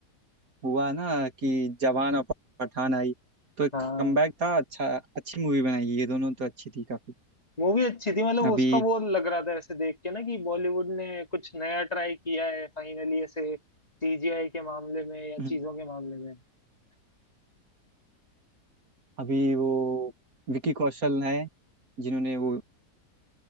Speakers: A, on the right; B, on the left.
A: हुआ ना कि जवान और पठान आई तो एक
B: हाँ
A: कमबैक था अच्छा अच्छी मूवी बनाई है, ये दोनों तो अच्छी थी काफी
B: मूवी अच्छी थी मतलब उसका
A: अभी
B: वो लग रहा था ऐसे देख के ना कि बॉलीवुड ने कुछ नया ट्राई किया है फाइनली ऐसे सीजीआई के मामले में या
A: हम्म,
B: चीजों के मामले में
A: अभी वो विकी कौशल है जिन्होंने वो